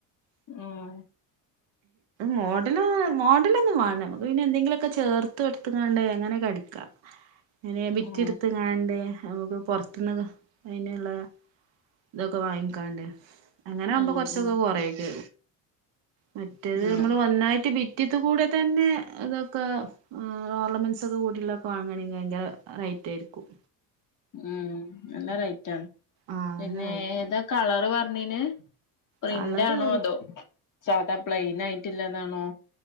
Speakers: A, on the left; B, on the right.
A: ഉം
B: മോഡൽ മോഡലൊന്നും വേ നമുക്ക് പിന്നെ എന്തെങ്കിലുമൊക്കെ ചേർത്ത് എടുത്ത് കാണ്ടേ എങ്ങനെ അങ്ങനെ ബിറ്റ്
A: ഉം
B: എടുത്ത് കാണണ്ട് നമുക്ക് പൊറത്തുന്ന് അതിനുള്ള ഇതൊക്കെ വാങ്ങിക്കാണ്ട് അങ്ങനെ ആവുമ്പോ
A: ഉം
B: കുറച്ചൊക്കെ
A: ഉം
B: കൊറയൊക്കെ മറ്റേത് നമ്മൾ
A: ആഹ്
B: വന്നായിട്ട് ബി ത് കൂടെ തന്നെ ഇതൊക്കെ ഓർണമെന്റ്സ് ഒക്കെ കൂടിള്ളൊക്കെ വാങ്ങയാണെങ്കിൽ ഭയങ്കര ട്ടരിക്കും
A: ഉം നല്ല റൈറ്റാ,
B: ആ
A: പിന്നെ
B: നല്ല റേറ്റാണ്
A: ഏതാ കളർ പറഞ്ഞീന് പ്രിൻ്റാണോ
B: കളറ്
A: അതോ സാദാ പ്ലെയിൻ ആയിട്ടില്ലതാണോ?